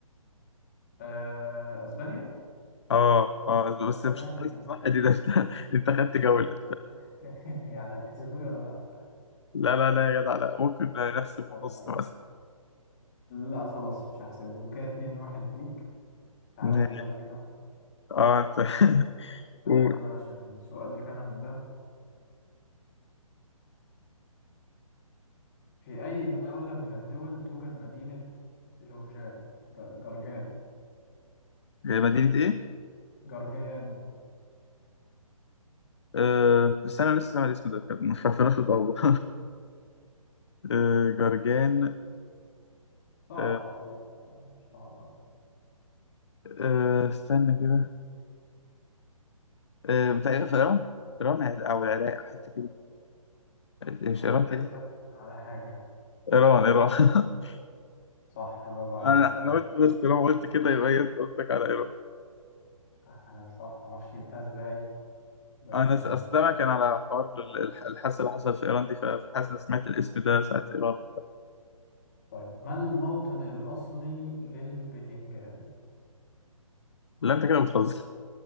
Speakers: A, on the left; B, on the left.
A: آه، اسبانيا
B: اه اه بس
A: اسبانيا
B: مش صح دي ده انت انت خدت جوله
A: أس... <laughs> يعني هتحسبه لي ولا لا
B: لا لا لا يا جدع لا ممكن نحسب
A: طب
B: ونص
A: ماشي
B: مثلا
A: لا خلاص مش هحسبه يبقى كده اتنين واحد ليك تعالى
B: ماشي.
A: لي بقى كده
B: اه انت <laughs>
A: تعالى
B: قول
A: لي بقى عشان سؤال كندا ده في أي دولة من الدول توجد مدينة جورجان ج- جرجان
B: هي مدينة ايه؟
A: جرجان
B: آه بس انا لسه سامع الاسم ده كان ما عرفناش الدور <laughs> آه جرجان
A: صعبة
B: آه
A: خلي بالك يعني مش صعبة أوي
B: آه استنى كده آه بتاع في ايران ايران او العراق أو حتى كده آه، مش
A: هتثبت
B: ايران تاني
A: على حاجة
B: ايران ايران <laughs>
A: صح برافو عليك
B: انا
A: إيران
B: انا قلت بس طالما قلت كده يبقى هي انت قصدك على ايران
A: آه، صح معرفش جبتها إزاي بس
B: انا
A: ماشي
B: س- أصل سامع كان على حوار ال- الح- الحادثه اللي حصلت في ايران دي فحاسس إن سمعت الاسم ده ساعه ايران
A: طيب ما الموطن الأصلي للبتنجان؟
B: لا انت كده بتهزر